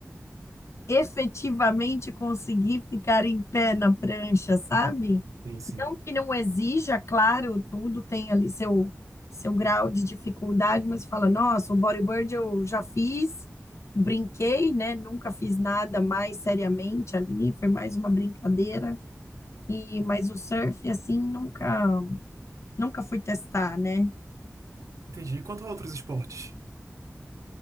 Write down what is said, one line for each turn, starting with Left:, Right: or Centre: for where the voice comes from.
Left: efetivamente conseguir ficar em pé na prancha, sabe?
Right: E sim.
Left: Não que não exija, claro, tudo tem ali seu, seu grau de dificuldade, mas fala, nossa, o bodyboard eu já fiz, brinquei, né? Nunca fiz nada mais seriamente ali, foi mais uma brincadeira. E, mas o surf, assim, nunca, nunca fui testar, né?
Right: Entendi. E quanto a outros esportes?